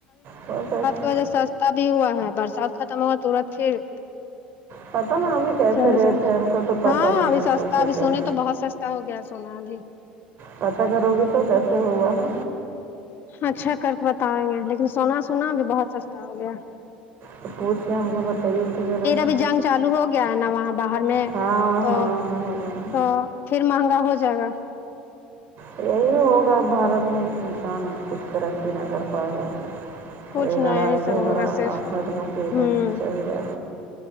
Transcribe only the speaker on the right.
کون ساس
پتہ نا
ابھی کیسے
ریٹ ہے ہم کو تو پتہ
بھی
نہیں
کیسے
چل
پتا کرو گی تو کیسے ہوا ہے
تو پوچھ کے ہم کو بتائیے تو ذرا
سا
ہاں
ہاں باہر میں
یہی ہوگا بھارت میں انسان کچھ ترقی نہ کر پائے گا وہی
لڑائی
جھگڑا
افت مصیبت
یہی رہے